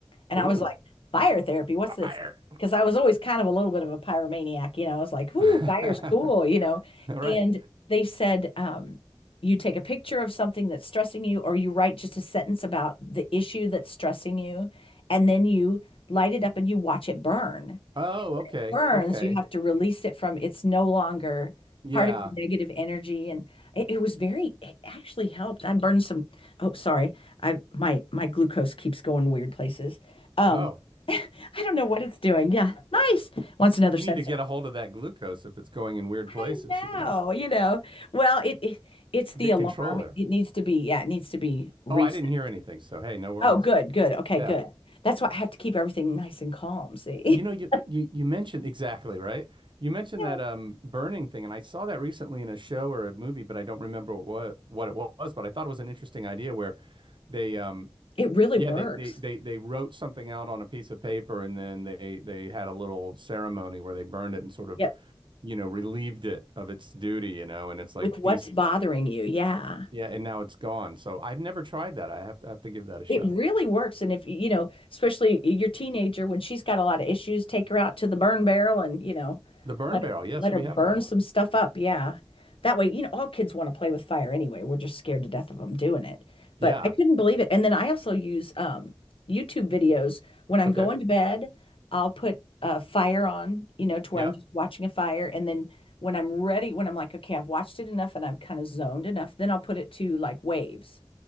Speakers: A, on the left; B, on the right.
A: And
B: Ooh.
A: I was like, fire therapy, what's this?
B: Fire.
A: Because I was always kind of a little bit of a pyromaniac, you know. I was like, "Ooh,
B: <laughs>
A: fire's
B: All
A: cool," you know.
B: right.
A: And they said, um, you take a picture of something that's stressing you, or you write just a sentence about the issue that's stressing you, and then you light it up and you watch it burn
B: Oh, okay.
A: burns,
B: Okay.
A: you have to release it from it's no longer
B: Yeah.
A: part of your negative energy. And it, it was very, it actually helped. I burned some, oh, sorry. I, my, my glucose keeps going weird places. Um,
B: Oh,
A: <laughs> I don't know what it's doing. Yeah. Nice. Wants another
B: you
A: sensor.
B: need to get a hold of that glucose if it's going in weird
A: I
B: places,
A: know,
B: you know.
A: you know. Well, it, it it's the
B: Get
A: alarm.
B: control there.
A: It needs to be, yeah, it needs to be reset.
B: Oh, I didn't hear anything, so hey, no worries.
A: Oh, good, good. Okay,
B: Yeah.
A: good. That's why I have to keep everything nice and calm, see?
B: You know, you
A: <laughs>
B: you you mentioned exactly, right? You mentioned
A: Yeah.
B: that um burning thing, and I saw that recently in a show or a movie, but I don't remember what what it was, but I thought it was an interesting idea where they um
A: It really
B: Yeah,
A: works.
B: they, they they they wrote something out on a piece of paper and then they they had a little ceremony where they burned it and sort of,
A: Yep.
B: you know, relieved it of its duty, you know, and it's like
A: with what's
B: these
A: bothering you. Yeah.
B: yeah, and now it's gone. So I've never tried that. I have to I have to give that a shot.
A: It really works. And if, you know, especially your teenager, when she's got a lot of issues, take her out to the burn barrel and, you know,
B: The burn
A: let
B: barrel,
A: her
B: yes,
A: let her
B: we
A: burn
B: have one.
A: some stuff up. Yeah. That way, you know, all kids want to play with fire anyway. We're just scared to death of them doing it.
B: Yeah.
A: But I couldn't believe it. And then I also use um YouTube videos when I'm
B: Okay.
A: going to bed. I'll put a fire on, you know, to
B: Yeah.
A: where I'm just watching a fire. And then when I'm ready, when I'm like, okay, I've watched it enough and I'm kind of zoned enough, then I'll put it to like waves.